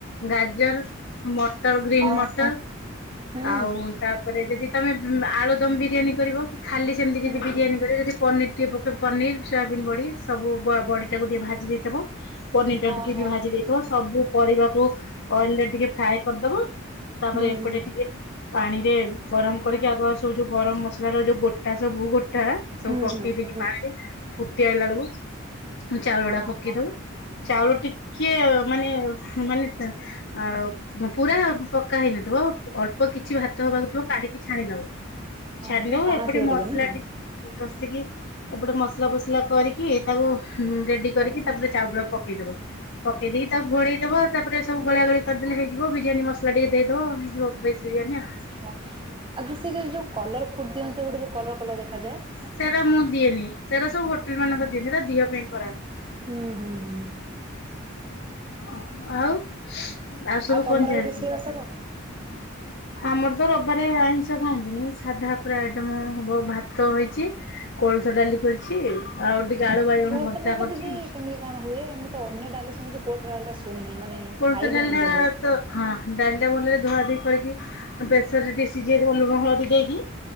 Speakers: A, on the left; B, on the right.
A: ଗାଜର, ହଁ ମଟର ଗ୍ରୀନ୍
B: ଓହୋ।
A: ମଟର।
B: ହୁଁ
A: ଆଉ ତା ପରେ ଯଦି ତୋମେ ବୁଁ, ଆଳୁଦମ୍ ବିରିୟାନୀ କରିବ କି ଖାଲି ସେମିତି
B: ହୁଁ
A: କି ଯଦି ବିରିୟାନୀ
B: ହୁଁ
A: କରିବ ଯଦି ପନିର୍ ଟିକେ ପକେଇବ, ପନିର୍, ସୋୟାବିନ୍ ବଡି ସବୁ ବ-ବଡି ଟାକୁ ଟିକେ ଭାଜି ଦେଇଥିବ। ପନିର୍ ଟା କୁ
B: ଓହୋ।
A: ଟିକେ ବି ଭାଜି ଦେଇ ଥିବ। ସବୁ ପରିବାକୁ ଅଏଲ୍ ରେ ଟିକେ ଫ୍ରାଏ କରିଦବ, ତାପରେ
B: ହୁଁ
A: ଏପଟେ
B: ହୁଁ
A: ଟିକେ ପାଣି ରେ ଗରମ କରିକି, ଆଗ ସବୁ ଯୋଉ ଗରମ ମସଲାର ଯୋଉ ଗୋ ଟା ସବୁ ଗୋଟା ସବୁ
B: ହୁଁ
A: ପକେଇ
B: ହୁଁ
A: ଦେଇକି
B: ହୁଁ
A: ପାଣିରେ ଫୁଟି ଆଇଲା ବେଳକୁ ଚାଉଳ
B: ଓହୋ।
A: ଟା ପକେଇ ଦବ। ଚାଉଳ ଟିକିଏ ମାନେ ମାନେ ତ ଆଉ <unintelligible> ପୁରା ପକା ହେଇନଥିବ। ଅଳ୍ପ କିଛି ଭାତ ହବାକୁ ଥିବ କାଢିକି ଛାଣିଦବ। ଛାଣିଦବ,
B: ଓହୋ ଯୋଉ ଟାଣ
A: ଏପଟେ
B: ଥିବ
A: ମସଲା
B: ଟିକେ ନା?
A: ଟି <unintelligible> କଷିକି ଏପଟେ ମସଲା ଫସଲା କରିକି। ତାକୁ ହୁଁ, ରେଡି କରିକି
B: ଓହୋ
A: ତାପରେ ଚାଉଳ ପକେଇଦବ। ପକେଇ ଦେଇ ଥିବ, ତାପରେ ସବୁ ଗୋଳା ଗୋଳି କରିଦେଲେ ହେଇଯିବ ବିରିୟାନୀ, ମସଲା ଟିକେ ଦେଇଦବ ହେଇଯିବ ଭେଜ୍ ବିରିୟାନୀ ଆ,।
B: ଆଉ ଯୋଉ ସେ ଯୋଉ କଲର୍ ଫୁଟ୍ ଦିଅନ୍ତି ଗୋଟେ ଯୋଉ କଲର୍ କଲର୍ ଦେଖାଯାଏ।
A: ସେଇଟା ମୁଁ ଦିଏନି, ସେଇଟା ସବୁ ହୋଟେଲ୍
B: ଓହୋ
A: ମାନଙ୍କର ଦିଅନ୍ତି। ସେଟା ଦିଅ ପାଇଁ ଖରା
B: ହୁଁ, ହୁଁ, ହୁଁ।
A: ଅଁ, ଆଉ ଆଉ ସବୁ
B: ତମର
A: କଣ
B: ଆଜି
A: ଚାଲିଚି?
B: ରୋଷେଇବାସ <inaudible>
A: ଆମର ତ ରବବାରେ ଆଇଁଷ ଖାଆନ୍ତିନି। ସାଧା ପୁରା ଆଇଟମ ହବ ଭାତ ହେଇଚି। କୋଳଥ ଡାଲି କରିଛି, ଆଉ ଟିକେ ଆଳୁ ବାଇଗଣ
B: କୋଳଥ
A: ଭର୍ତ୍ତା
B: ଡାଲିଟା
A: କରିଚି।
B: ଦିଦି କେମିତି କଣ ହୁଏ? ମୁଁ ତ ଅନ୍ୟ ଡାଲି ଶୁଣିଛି କୋଳଥ ଡାଲି ଟା ଶୁଣି ନାହିଁ। ମାନେ
A: କୋଳଥ
B: ଖାଇବି
A: ଡାଲିଟା
B: ନାହିଁ କେବେ।
A: ତ ହଁ ଡାଲିଟା ଭଲରେ ଧୁଆ ଧୋଇ କରିକି ହଁ ପ୍ରେସର୍ ରେ ଟିକେ ସିଝେଇଦବ ଲୁଣ ହଳଦୀ ଦେଇକି।